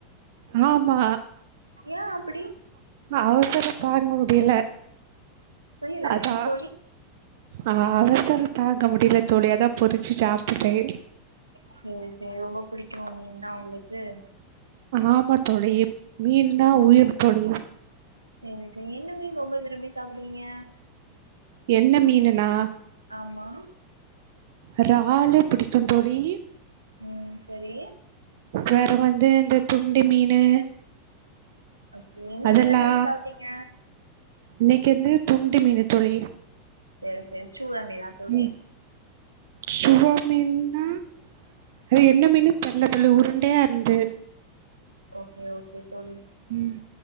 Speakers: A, on the right; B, on the right.
A: ஆமா
B: ஏ அப்டி
A: அவசரம் தாங்க முடியல
B: புரியல
A: அதான்
B: என்ன தோழி
A: ஆ அவசரம் தாங்க முடியல தோழி அதான் பொறிச்சி சாப்ட்டுட்டேன்
B: சேரி சேரி ரொம்ப புடிக்குமா மீன்னா உங்களுக்கு
A: ஆமா தோழி மீன்னா உயிர் தோழி
B: சேரி சேரி என்ன மீன் ரொம்ப விரும்பி சாப்புடுவீங்க
A: என்ன மீனுனா
B: ஆமா
A: இறாலு பிடிக்கும் தோழி
B: ம் சேரி
A: வேற வந்து இந்த துண்டு மீனு
B: ஓகே இன்னைக்கு
A: அதெல்லா
B: என்ன மீன் சாப்டீங்க
A: இன்னைக்கு வந்து துண்டு மீனு தோழி
B: எனக்கு தெரிஞ்சி சுறா மீனா தோழி
A: ம் சுறா மீன்னா அது என்ன மீனுன் தெர்ல தோழி உருண்டையா இருந்து
B: ஓகே ஓகே தோழி
A: ம்